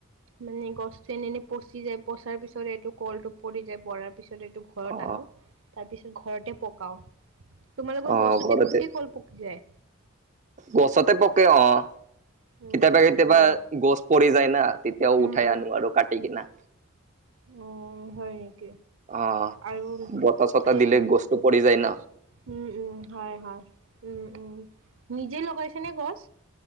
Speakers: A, on the right; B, on the right.
A: মানে গছতো এনে এনেই পচি যায় পচাৰ পিছত এইটো কল টো পৰি যায় পৰাৰ পিছত- ত এইটো ঘৰত
B: অ
A: আনো তাৰপিছত ঘৰতে পকাও। তোমালোকৰ
B: অ
A: গছতে
B: ঘৰতে
A: গোটেই কল পকি যায়।
B: গছতে পকে অঁ।
A: উম
B: কেতিয়াবা কেতিয়াবা
A: হয় নি
B: গছ পৰি যায় না তেতিয়াও
A: উম
B: উঠাই আনো আৰু কাটি কিনা।
A: অঁ, হয়।
B: অঁ,
A: আৰু
B: বতাহ -চতাহ
A: এই
B: দিলে গছটো পৰি যায় ন।
A: উম, উম, হয়, হয়। উম, উম, নিজে লগাইছেনে গছ?